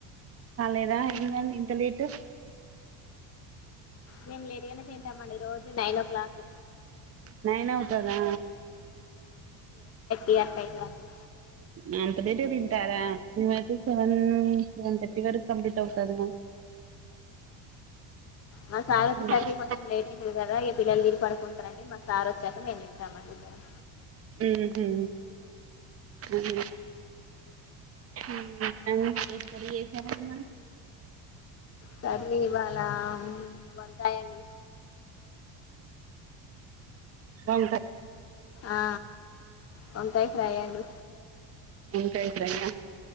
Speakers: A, on the right; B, on the left.
A: కాలేదా ఎందండి ఇంతా లేట్.
B: మేము లేట్గానే తింటాంమండి రోజు నైన్ ఓ క్లాక్.
A: నైన్ అవుతారా.
B: ఇయా ఫైదర్ అండి.
A: నా అంతా లేట్ గా తిటారా అయితే సెవన్ సెవెన్ తర్టీ వరకు కంప్లీట్ అవుతది మా.
B: మా సార్
A: మాది
B: ఓచ్చేసరికి కొంచెం లేట్ అయితది గదా, ఇగా పిల్లలు దినీ పడుకుంటారారండి. మా సార్ ఓచ్చాక మేము తింటామండి. ఇద్దరం
A: హుమ్మ్ హు, ఉమ్ ఉమ్ <inaudible> ఏం కర్రీ చేసినావ్ <inaudible>
B: సర్లే ఇవాళ వంకాయండి.
A: వంకాయ్
B: ఆ వంకాయ్ ఫ్రై అండి.
A: వంకాయ్ ఫ్రై ఆ